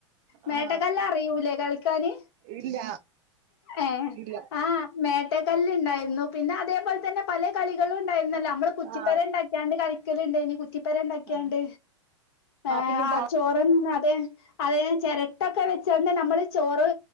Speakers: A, on the left; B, on the right.
A: മേട്ടക്കല്ലറിയൂലേ
B: ആഹ്
A: കളിക്കാന്
B: ഇല്ല
A: ഏഹ്
B: ഇല്ല
A: ആഹ് മേട്ട ക്ക്ല്ല്ണ്ടായിരുന്നു. പിന്നെ അതേപോലെ തന്നെ പലേ കളികളുംണ്ടായിരുന്നല്ലോ അമ്മള് കുച്ചിപ്പര
B: ആഹ്
A: ണ്ടാക്കി ക്യാണ്ട് കളിക്കല്ണ്ടായ്നി. കുറ്റിപ്പെര ണ്ടാക്കിയാണ്ട്,
B: ആഹ്
A: ഏഹ്
B: പിന്നെ
A: ആഹ്
B: വള-
A: ചോറ അതെ ചെരട്ടൊക്കെ വെച്ചാണ്ട് നമ്മള് ചോറ്